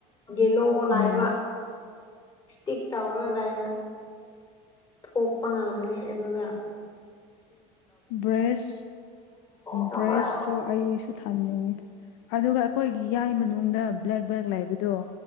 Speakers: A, on the left; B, on the left.
A: ꯌꯦꯂꯣ ꯂꯥꯏꯕ
B: ꯎꯝ
A: ꯁꯇꯤ ꯇꯧꯔꯒꯗꯑꯒ ꯊꯣꯛꯄ ꯉꯝꯗꯦ ꯑꯗꯨꯗ
B: ꯕ꯭ꯔꯁ
A: ꯊꯣꯛꯑꯦ
B: ꯕ꯭ꯔꯁꯇꯣ ꯑꯩꯁꯨ ꯊꯝꯅꯤꯡꯉꯤ ꯑꯗꯨꯒ ꯑꯩꯈꯣꯏꯒꯤ ꯌꯥꯏ ꯃꯅꯨꯡꯗ ꯕ꯭ꯂꯦꯛ ꯕ꯭ꯂꯦꯛ ꯂꯥꯏꯕꯗꯣ